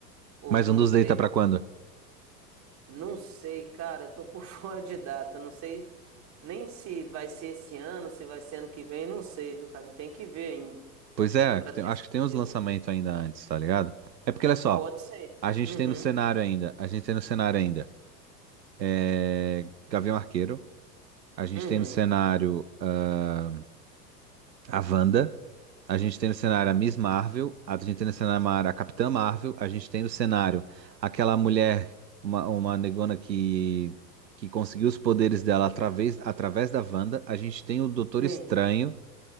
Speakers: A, on the right; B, on the right.
A: O
B: Mas
A: Doomsday.
B: um dos Day tá pra quando?
A: Não sei, cara. Eu tô por <laughs> fora de data. Não sei nem se vai ser esse ano, se vai ser ano que vem. Não sei, viu, cara? Tem que ver ainda,
B: Pois é,
A: pra
B: que tem-
A: ter
B: acho
A: certeza.
B: que tem uns lançamentos ainda antes, tá ligado? É porque, olha só,
A: Pode ser.
B: a gente
A: Uhum,
B: tem no cenário ainda, a gente tem no cenário ainda. é, Gavião Arqueiro. A gente
A: uhum.
B: tem no cenário ah, a Wanda. A gente tem no cenário a Miss Marvel. A gente tem no cenário a Capitã Marvel. A gente tem no cenário aquela mulher, uma, uma negona que, que conseguiu os poderes dela através, através da Wanda. A gente tem o Doutor
A: Sim,
B: Estranho.